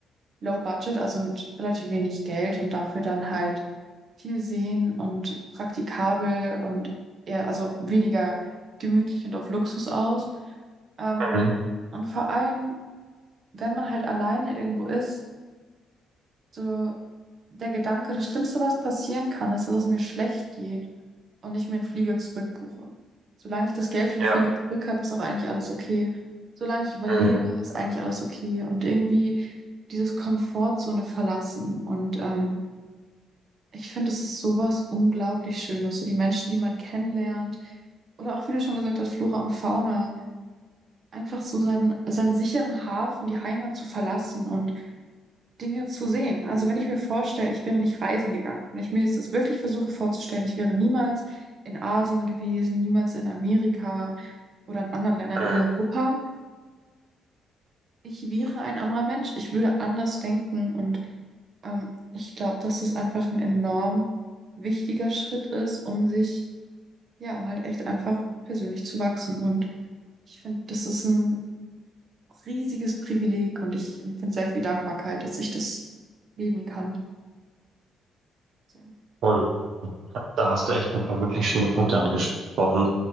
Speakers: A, on the right; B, on the right.
A: Low Budget, also mit relativ wenig Geld und dafür dann halt viel sehen und praktikabel und eher, also weniger gemütlich und auf Luxus aus. Ähm,
B: Mhm.
A: und vor allem, wenn man halt alleine irgendwo ist, so der Gedanke, das Schlimmste, was passieren kann, ist, dass es mir schlecht geht und ich mir einen Flieger zurückbuche. Solange ich das Geld für den
B: Ja.
A: Flieger zurück habe, ist auch eigentlich alles okay. Solange ich überlebe,
B: Mhm.
A: ist eigentlich alles okay. Und irgendwie dieses Komfortzone verlassen. Und ähm, ich finde, es ist sowas unglaublich Schönes. So die Menschen, die man kennenlernt, oder auch, wie du schon gesagt hast, Flora und Fauna, einfach so seinen, seinen sicheren Hafen, die Heimat zu verlassen und Dinge zu sehen. Also wenn ich mir vorstelle, ich wäre nicht reisen gegangen, wenn ich mir jetzt das wirklich versuche vorzustellen, ich wäre niemals in Asien gewesen, niemals in Amerika oder in anderen Ländern
B: Mhm.
A: in Europa, ich wäre ein anderer Mensch, ich würde anders denken und ähm, ich glaube, dass das einfach ein enorm wichtiger Schritt ist, um sich, ja, um halt echt einfach persönlich zu wachsen. Und ich finde, das ist ein riesiges Privileg und ich empfinde sehr viel Dankbarkeit, dass ich das leben kann. So.
B: Und Da hast du echt ein paar wirklich schöne Punkte angesprochen.